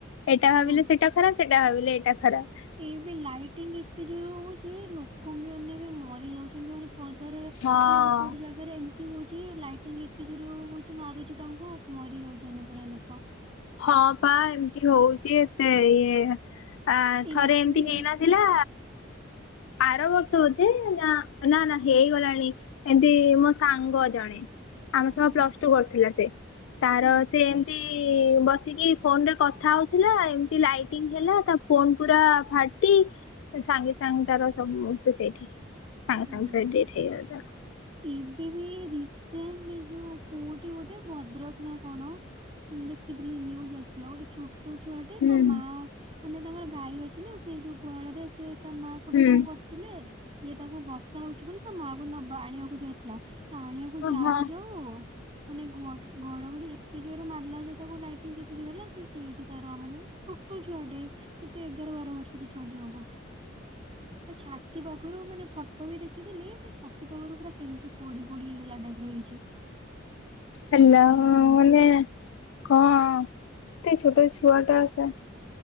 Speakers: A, on the left; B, on the right.
A: ଏଇଟା ଭାବିଲେ
B: ହଁ।
A: ସେଟା ଖରାପ ସେଟା ଭାବିଲେ ଏଇଟା ଖରାପ।
B: ଏଇ ବି ଲାଇଟିଙ୍ଗ ଏତେ ଜୋରେ ହୋଉଛି ଲୋ କୁମ୍ଭିମାନେବି ମରି ଯାଉଛନ୍ତି। ଯୋଉମାନେ ପଦାରେ ମାନେ
A: ହଁ
B: ଗୋଟେ ଗୋଟେ ଜାଗା ଆରେ ଏମିତି ହଉଛି ଲାଇଟିଙ୍ଗ ଏତେ ଯୋର ହୋଉଛି ମାରୁଛି ତାଙ୍କୁ ମରି ଯାଉଛନ୍ତି ପୁରା ଲୋକ।
A: ହଁ ପା ଏମିତି ହଉଛି ଏତେ ଇଏ ଆ
B: ଏବେ
A: ଥରେ ଏମିତି ହେଇନଥୀ ଥିଲା। ଆର ବର୍ଷ ବୋଧେ ନା ନା ନା ହେଇଗଲାଣି ଏମତି ମୋ ସାଙ୍ଗ ଜଣେ। ଆମ ସହ
B: ହୁଁ
A: ପ୍ଲସଟୁ କରୁଥିଲା ସେ। ତାର
B: ହୁଁ
A: ସେ ଏମତି ବସିକି ଫୋନରେ କଥା ହୋଉଥିଲା ଏମତି ଲାଇଟିଂ ହେଲା ତା ଫୋନ ପୁରା ଫାଟି ସାଙ୍ଗେ ସାଙ୍ଗ ତାର ସବୁ ସେ ସେଇଠି ସାଙ୍ଗେ
B: ହୁଁ।
A: ସାଙ୍ଗେ ତାର ଡେଥ ହେଇଗଲା।
B: ଏବେ ବି ରିସେଣ୍ଟ ଏ ଯୋଉ କୋଉଠି ଗୋଟେ ଭଦ୍ରକ ନା କଣ। ମୁଁ ଦେଖିଥିଲି ନ୍ୟୁଜ୍ ଆସିଥିଲା ଗୋଟେ ଛୋଟ ଛୋଟ ଛୁଆଟି
A: ହୁଁ।
B: ତା ମା ମାନେ ତାଙ୍କର ଗାଈ ଅଛି ନା ସେ ଯୋଉ ଗୁହାଳରେ ସେ ତା ମା ଗୋଟେ
A: ହୁଁ
B: କଣ କରୁଥିଲେ ଇଏ ତାକୁ ବର୍ଷା ହୋଉଛି ବୋଲି ତା ମା କୁ ନବା ଆଣିବାକୁ ଯାଇଥିଲା। ଆଣିବାକୁ
A: ଓ
B: ଯାଉ
A: ହଁ
B: ଯାଉ ମାନେ ଘ ଘଡଘଡି ଏତେ ଜୋରରେ ମାରିଲା ଯେ ତାକୁ ଲାଇଟିଙ୍ଗ କେତେ ଜୋର ହେଲା ସେ ସେଇଠି ତାର ମାନେ ଛୋଟ ଛୁଆଟେ କେତେ ଏଗାର ବାର ବର୍ଷର ଛୁଆଟେ ହବ। ତା ଛାତି ପାଖରୁ ମାନେ ଫଟୋ ବି ଦେଖିଥିଲି ପୁରା ଛାତି ପାଖରୁ ପୁରା କେମିତି ପୋଡି ପୋଡି ହେଇଗଲା ଟାଇପର ହେଇଛି।
A: ହେଲା
B: ଏତେ ଜୋରେ
A: ମାନେ
B: ମାରିଛି
A: କଣ ଏତେ ଛୋଟ ଛୁଆଟା ସେ